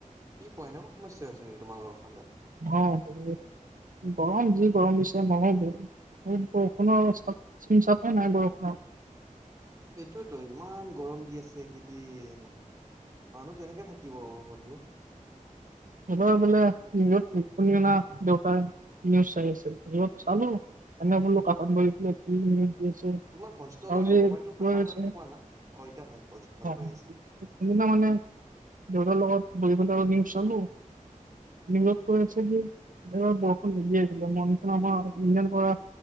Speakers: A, on the right (about 25°); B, on the right (about 75°).
A: কি কোৱা? এনেকুৱা সমস্যা হৈছে নেকি তোমালোকৰ ফালে?
B: অ', গৰম যি গৰম দিছে <unintelligible> বৰষুণৰ চাপ চিন চাপেই নাই বৰষুণৰ
A: সেইটোয়েতো ইমান গৰম দি আছে এইকেইদিন মানুহ কেনেকে থাকিব অ', বন্ধু?
B: এইবাৰ বোলে <unintelligible> দেউতাই নিউজ চাই আছিল, চালো এনে বোলো কাষত বহি পেলা কি নিউজ <unintelligible>
A: তোমাৰ ভইচটো অলপ মোবাইলটো কাষত লৈ পিনে কোৱা না। অ এতিয়া ভাল ভইচটো ভালকৈ আহিছে।
B: সিদিনা মানে দেউতাৰ লগত বহি <unintelligible> নিউজ কৈ আছে যে, এইবাৰ বৰষুণ নিদিয়ে <unintelligible> ইন্ডিয়াৰ পৰা